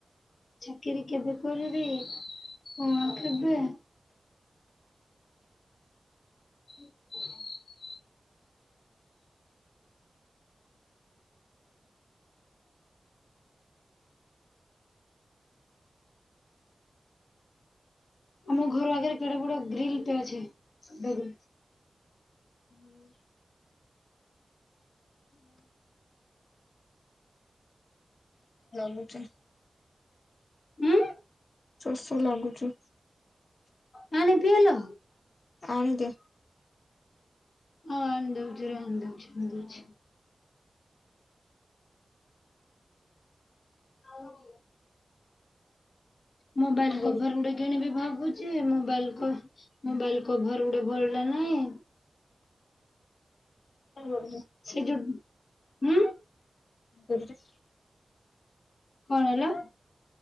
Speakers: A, on the left; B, on the left.
A: ଚାକିରୀ କେବେ କରିବି କଣ କେବେ। <inaudible> ଆମ ଘର ଆଗେରେ କେଡେ ବଡେ ଗ୍ରିଲ୍ ଟା ଅଛେ ଏବେ ବି।
B: ହୁଁ <unintelligible> <unintelligible>
A: ଉମ୍।
B: ଶୋଷ ଲାଗୁଚି।
A: ପାଣି ପିଇଲ?
B: ଆଣିଦେ।
A: ହଁ ଆଣି ଦଉଛିର ଆଣି ଦଉଛି ଆଣିଦଉଛି। ହଉ। ମୋବାଇଲ
B: କଣ
A: କଭର ଗୋଟେ କିଣିବି ଭାବୁଚି ମୋବାଇଲ କ ମୋବାଇଲ କଭର ଗୋଟେ ଭଲଟେ ନାଇଁ।
B: <inaudible>
A: ସେ ଯୋଉ ହୁଁ।
B: <unintelligible>
A: କଣ ହେଲା?